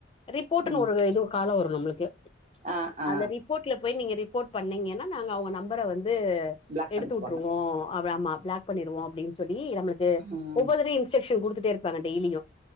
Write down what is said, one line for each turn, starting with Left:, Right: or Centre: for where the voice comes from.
Left: ரிப்போர்ட்டுனு
Right: ம்
Left: ஒரு இது கால வரு நம்மளுக்கு
Right: ஆ ஆ
Left: அந்த ரிப் ரிப்போட்ல போய் நீங்க ரிப்போர்ட் பண்ணீங்கன்னா நாங்க அவுங்க நம்பர வந்து
Right: பிளாக்
Left: எடுத்து
Right: பண்ணிக்குவாங்க
Left: விட்ருவோ அவ ஆமா பிளாக் பண்ணிருவோ அப்டின்னு சொல்லி நம்மளுக் கு
Right: ம்
Left: ஒவ்வொரு தடவயு இன்ஸ்ட்ரக்ஷன் கொடுத்துட்டே இருப்பங்க டெய்லியு